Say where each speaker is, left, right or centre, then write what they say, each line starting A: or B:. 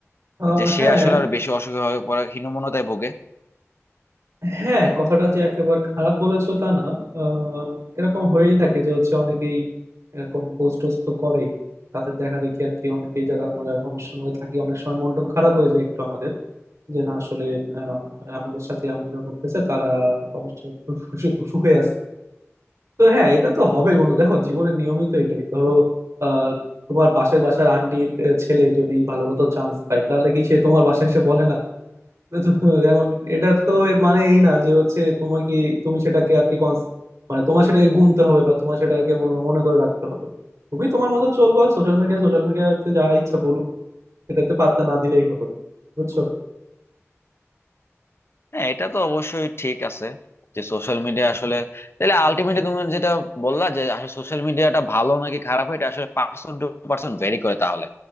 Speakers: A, on the right; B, on the left.
A: আহ,
B: যে সে
A: হ্যাঁ
B: আসলে আরো বেশি অসুখী হয়ে পড়ে হীনমন্যতায় ভোগে
A: হ্যাঁ কথাটা যে একেবারে খারাপ বলেছো তা না আহ, এরকম হয়েই থাকে যে হচ্ছে অনেকেই এরকম পোস্ট টোস্ট তো করেই তাদের দেখা দেখি আর কি অনেকেই যারা আমরা সমস্যার মধ্যে থাকি অনেক সময় মন টন খারাপ হয়ে যায় একটু আমাদের যে না আসলে আহ, আমাদের সাথে এমনটা করতেছে তারা অবশ্য সু- সু- সুখে আছে তো হ্যাঁ এটা তো হবে বন্ধু দেখো জীবনের নিয়মিত এটাই ধরো আহ, তোমার পাশের বাসার আন্টির আহ, ছেলে যদি ভালো মতো চান্স পায় তাহলে কি সে তোমার বাসায় এসে বলে না তো এখন এটার তো এর মানে এই না যে হচ্ছে তোমার কি তুমি সেটাকে আর কি cons- মানে তোমার সেটাকে গুনতে হবে বা তোমার সেটাকে মনে মনে করে রাখতে হবে তুমি তোমার মতো চলবা সোশ্যাল মিডিয়া সোশ্যাল মিডিয়াতে যা ইচ্ছা বলুক সেটাতে পাত্তা না দিলেই হলো বুঝছো
B: হ্যাঁ এটা তো অবশ্যই ঠিক আছে যে সোশ্যাল মিডিয়া আসলে তাহলে আলটিমেটলি তুমি যেটা বললা যে আসলে সোশ্যাল মিডিয়াটা ভালো নাকি খারাপ এটা আসলে পার্সন টু পার্সন ভেরি করে তাহলে